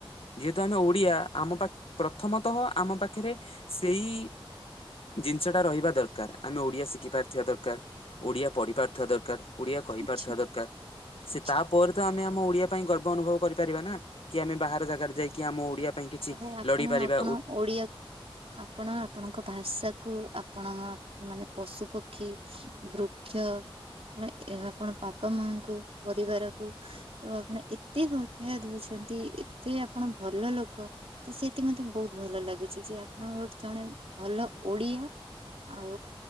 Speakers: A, on the left; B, on the right.
A: ଯେହେତୁ ଆମେ ଓଡିଆ ଆମ ପାଖ ପ୍ରଥମତଃ ଆମ ପାଖରେ ସେଇ ଜିନିଷ ଟା ରହିବା ଦରକାର ଆମେ ଓଡିଆ ଶିଖି ପାରିଥିବା ଦରକାର ଓଡିଆ ପଢିପାରୁଥିବା ଦରକାର ଓଡିଆ
B: ଆଚ୍ଛା
A: କହିପାରୁଥିବା ଦରକାର ସେ
B: ଆଚ୍ଛା।
A: ତା ପରେ ତ ଆମେ ଆମ ଓଡିଆ ପାଇଁ ଗର୍ବ ଅନୁଭବ କରିପାରିବା ନା କି ଆମେ ବାହାର ଜାଗାରେ ଯାଇକି ଆମ ଓଡିଆ ପାଇଁ କିଛି
B: ଆଉ ଆପଣ
A: ଲଢି ପାରିବା
B: ଆପଣ ଓଡିଆ। ଆପଣ ଆପଣଙ୍କ ଭାଷାକୁ ଆପଣ ମାନେ ପଶୁପକ୍ଷୀ। ବୃକ୍ଷ ମାନେ ଏହା ଆପଣ ବାପା ମାଙ୍କୁ ପରିବାରକୁ। ତ ଆପଣ ଏତେ ଭଲ ପାଇବା ଦଉଛନ୍ତି ଏତେ ଆପଣ ଭଲ ଲୋକ। ତ ସେଇଥି ମତେ ବହୁତ ଭଲ ଲାଗୁଛି ଯେ ଆପଣଙ୍କ ଗୋଟେ ଜଣେ ଭଲ ଓଡିଆ। ଆଉ